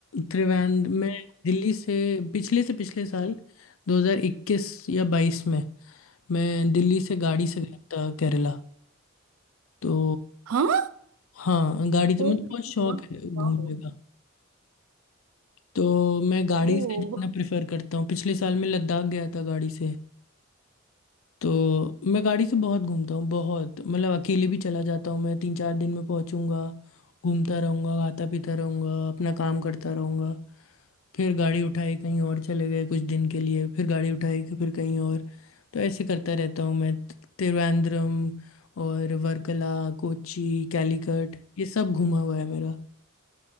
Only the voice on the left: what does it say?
त्रिवेंद्र मैं दिल्ली से पिछले से पिछले साल 2021 या 22 में मैं दिल्ली से गाड़ी से गया था केरला तो
हाँ गाड़ी तो
मुझे
बहुत शौक
है घूमने
तो मैं गाड़ी
से जाना प्रेफर करता हूँ पिछले साल मैं लद्दाख गया था गाड़ी से तो मैं गाड़ी से बहुत घूमता हूँ बहुत मतलब अकेले भी चला जाता हूँ मैं तीन चार दिन में पहुँचूंगा घूमता रहूँगा खाता पीता रहूँगा अपना काम करता रहूँगा फिर गाड़ी उठाई कहीं और चले गए कुछ दिन के लिए फिर गाड़ी उठाई कि फिर कहीं और तो ऐसे करता रहता हूँ मैं त्रिवेंद्रम और वर्कला कोची कैलीकट ये सब घूमा हुआ है मेरा